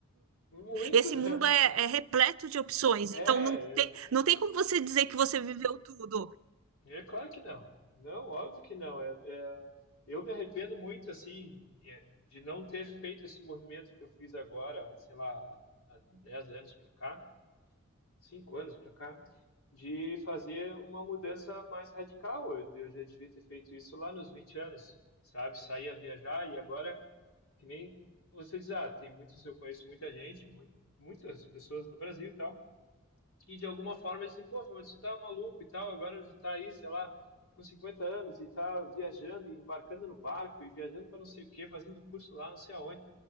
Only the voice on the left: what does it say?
Muito.
<laughs>
É,
eu-
é claro que não. Não, óbvio que não. É, é, eu me arrependo muito, assim, é, de não ter feito esse movimento que eu fiz agora, sei lá, há 10 anos para cá, 5 anos para cá, de fazer uma mudança mais radical. Eu, eu já devia ter feito isso lá nos 20 anos, sabe? Sair a viajar e agora. Que nem vocês, ah, tem muitos, eu conheço muita gente, mu- muitas pessoas no Brasil e tal, que de alguma forma dizem, pô, mas você tá maluco e tal, agora já tá aí, sei lá, com 50 anos e tá viajando e embarcando no barco e viajando para não sei o quê, fazendo curso lá, não sei aonde.